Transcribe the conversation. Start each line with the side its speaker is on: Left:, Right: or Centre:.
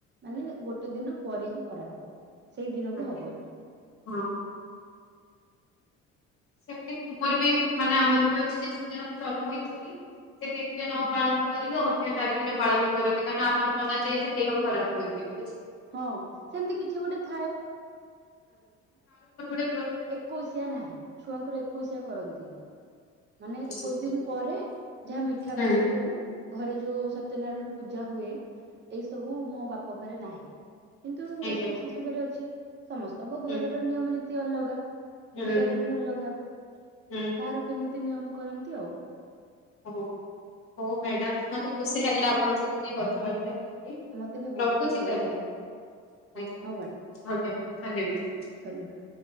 Right: ମାନେ ଗୋଟେ ଦିନ ପରେ ହିଁ କରାହବ ସେଇ ଦିନକୁ
Left: ଆଜ୍ଞା
Right: ହବନି।
Left: ହଁ। ସେମିତି ମୋର ବି ମାନେ ଆମର ବି ଅଛି <unintelligible> ମୁ ଜନ୍ମ ହେଇଥିଲି ସେ ତିଥିରେ ନ ପାଳନ କରିକି ଅନ୍ୟ ତାରିଖରେ ପାଳନ କରନ୍ତି କାରଣ ଆମର ମନାଯାଏ ଯେ ଦେହ ଖରାପ ହୁଏ ବୋଲି।
Right: ହଁ ସେମିତି କିଛି ଗୋଟେ ଥାଏ
Left: <unintelligible>
Right: ଏକୋଉଶିଆ ନାହିଁ ଛୁଆଙ୍କର ଏକୋଉଶିଆ କରନ୍ତିନି। ମାନେ ଏକୋଇଶି
Left: ହୁଁ
Right: ଦିନ ପରେ ଯାହା ମିଠା
Left: ହୁଁ
Right: ବାଣ୍ଟି ଦେବେ। ଘରେ ଯୋଉ ସତ୍ୟନାରାୟଣ ପୂଜା ହୁଏ ଏଇ ସବୁ ମୋ ବାପ ଘରେ ନାହିଁ। କିନ୍ତୁ
Left: ଆଜ୍ଞା
Right: ଏଇ ସବୁ ଶାଶୁଘରେ ଅଛି ସମସ୍ତଙ୍କ ଘରର
Left: ହୁଁ
Right: ନିୟମ ନୀତି ଅଲଗା।
Left: ହୁଁ
Right: ପୂଜା ବିିଧି ଅଲଗା
Left: ହୁଁ
Right: କାହାର କେମିତି ନିୟମ କରନ୍ତି ଆଉ।
Left: ହଉ ହଉ ମ୍ୟାଡ଼ାମ ମତେ ଖୁସି ଲାଗିଲା ଆପଣଙ୍କ ସହିତ ଟିକେ କଥାବାର୍ତ୍ତା
Right: ମତେ ବି ବହୁତ
Left: ରଖୁଛି
Right: ଖୁସି
Left: ତାହେଲେ
Right: ଲାଗିଲା ମ୍ୟାଡ
Left: ଆଜ୍ଞା,
Right: ହଉ ମ୍ୟାଡାମ
Left: ଆଜ୍ଞା ଧନ୍ୟବାଦ।
Right: ଧନ୍ୟବାଦ।